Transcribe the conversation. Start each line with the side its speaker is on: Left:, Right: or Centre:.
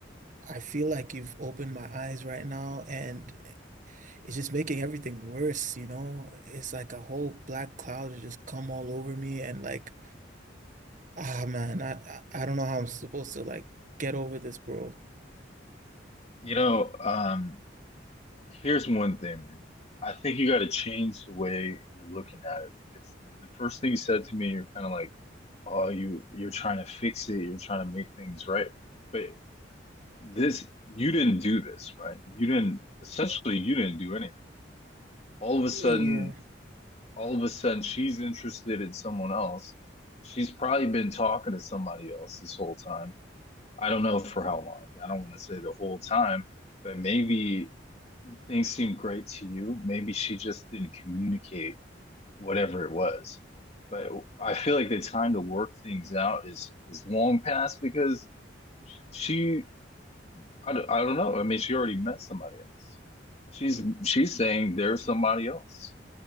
Right: I feel like you've opened my eyes right now, and it's just making everything worse, you know? It's like a whole black cloud has just come all over me and like, ah man, I I I don't know how I'm supposed to like get over this, bro.
Left: you know um here's one thing man i think you got to change the way you're looking at it because the first thing you said to me you're kind of like oh you you're trying to fix it you're trying to make things right but this you didn't do this right you didn't essentially you didn't do anything all of a sudden
Right: Yeah.
Left: all of a sudden she's interested in someone else. She's probably been talking to somebody else this whole time. I don't know for how long. I don't want to say the whole time, but maybe things seemed great to you. Maybe she just didn't communicate whatever it was. But I feel like the time to work things out is is long past because she I, d- I don't know. I mean, she already met somebody else. She's she's saying there's somebody else,